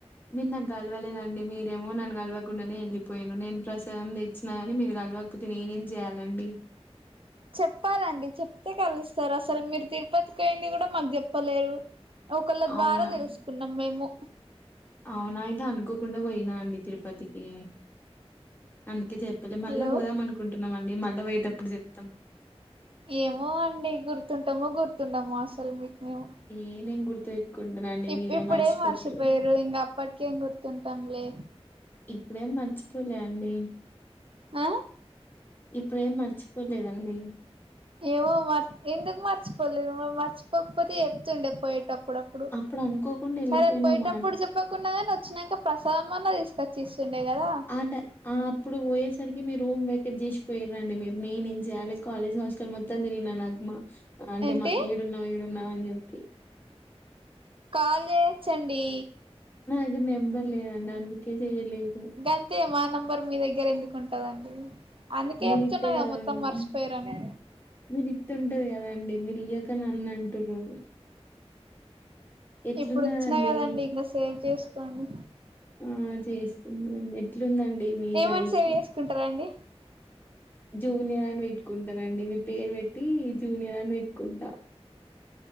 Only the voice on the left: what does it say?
మీరు నాకు గలవలేదండి మీరేమో నన్ను గలవకుండానే వెళ్ళిపోయినిల్లు నేను ప్రసాదం తెచ్చిన కాని మీరు కలవకపోతే నేనేం చేయాలండి
అవునా
అవునా అయితే అనుకోకుండా పోయినాండి తిరుపతికి అందుకే చెప్పాలె మళ్ళా
పోదాం అనుకుంటున్నాం అండి మళ్ళీ పోయేటప్పుడు చెప్తాం
ఏ నేను గుర్తు పెట్టుకుంటునండి
మీరే
మర్చిపోతరు
ఇప్పుడేం మర్చిపోలే అండి
ఇప్పుడే మర్చిపోలేదండి
అప్పుడు అనుకోకుండా వెళ్ళిపోయినామా
అంటే ఆ అప్పుడు పోయేసరికి మీరు రూమ్ వెకెట్ చేసి పోయిరండి మీరు నేను ఏం చేయాలి కాలేజ్ హాస్టల్ మొత్తం తిరిగినా నగ్మా అంటే
మా ఏడున్నావ్ ఏడున్నావ్ అని చెప్పి
నాదగ్గర నెంబర్లేదండి అందుకే చెయలేదు
మీరు
ఇత్తే
ఉం-
మీరు ఇత్తుంటది కదా అండి మీరు ఇయ్వక న్నానుంటున్రు ఎట్లున్నదండి
ఆ చేసుకుంటాం ఎట్లుందండి మీ
లైఫ్
జూనియర్ అని పెట్టుకుంటానండి మీ పేరు పెట్టి జూనియర్ అని పెట్టుకుంటా